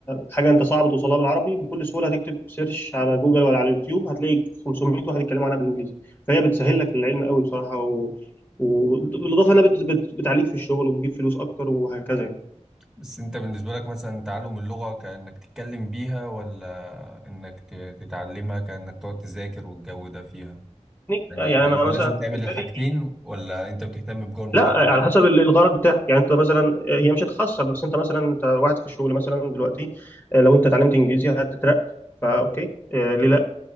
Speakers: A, on the left (about 15°); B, in the centre.
A: حاجه انت صعب توصلها بالعربي بكل سهوله هتكتب سيرش على جوجل ولا على اليوتيوب هتلاقي 500 واحد يتكلموا عنها بالانجليزي فهي بتسهل لك العلم قوي بصراحه و... وبالاضافه انها بت... بت... بتعليك في الشغل وبتجيب فلوس اكتر وهكذا
B: بس انت بالنسبة لك مثلا تعلم اللغة كأنك تتكلم بيها ولا انك ت- تتعلمها كأنك تقعد تذاكر والجو ده فيها
A: يعني
B: يعني
A: يعني
B: يعني
A: انا
B: انت
A: مثلا
B: لازم تعمل
A: بالنسبه
B: الحاجتين
A: لي
B: ولا انت بتهتم بجو المحادثة
A: لا على حسب ال- الغرض بتاعك يعني انت مثلا هي مش هتخسر بس انت مثلا انت واحد في الشغل مثلا دلوقتي آه، لو انت اتعلمت انجليزي هتترقى فا اوكي آه، ليه لا